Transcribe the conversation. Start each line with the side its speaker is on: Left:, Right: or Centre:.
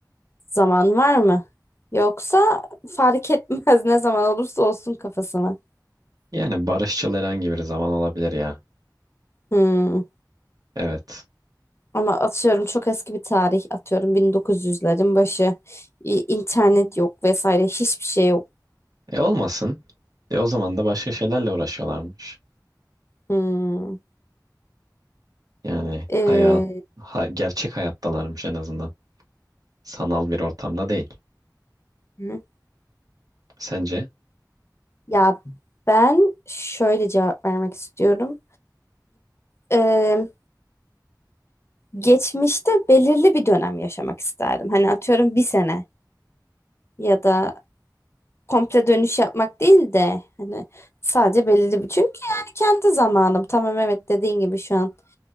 Left: zaman var mı? Yoksa fark etmez <laughs> ne zaman olursa olsun kafası mı?
Right: Yani barışçıl herhangi bir zaman olabilir ya.
Left: Hmm.
Right: Evet.
Left: Ama atıyorum çok eski bir tarih atıyorum bin dokuz yüzlerin başı. İ- internet yok vesaire hiçbir şey yok.
Right: E olmasın. E o zaman da başka şeylerle uğraşıyorlarmış.
Left: Hmm.
Right: Yani
Left: Ee,
Right: hayat, ha- gerçek hayattalarmış en azından. Sanal bir ortamda değil.
Left: hı.
Right: Sence?
Left: ya ben şöyle cevap vermek istiyorum. Ee, geçmişte belirli bir dönem yaşamak isterdim. Hani atıyorum bir sene ya da komple dönüş yapmak değil de hani sadece belirli bir. Çünkü yani kendi zamanım. Tamam evet dediğin gibi şu an